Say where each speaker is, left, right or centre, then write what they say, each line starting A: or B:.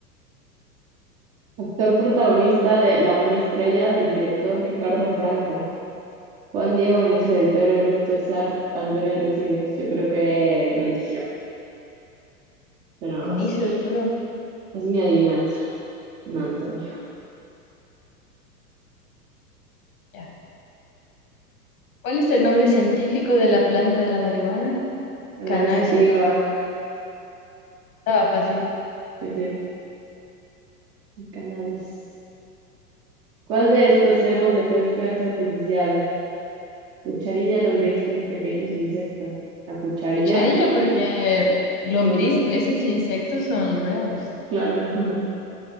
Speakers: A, on the right (about 15°); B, on the left (about 55°).
A: Actor protagonista de La Buena Estrella del director Ricardo Franco. Juan Diego Benicio
B: Uy,
A: del Toro, Luis Tosar, Antonio Resines. Yo creo que Benicio, pero
B: Benicio
A: no lo sé.
B: del Toro.
A: Es mi adivinanza. No, Antonio.
B: Ya. ¿Cuál es el nombre científico de la planta de la marihuana?
A: Cannabisativa,
B: Cannabis sativa. Estaba fácil.
A: Sí, sí, el cannabis. ¿Cuál de estos cebos de pesca es artificial? Cucharilla, lombriz, peces pequeños, insecto. La cucharilla,
B: Cucharilla porque lombriz,
A: no sé.
B: peces y insectos son reales.
A: Claro, <laughs>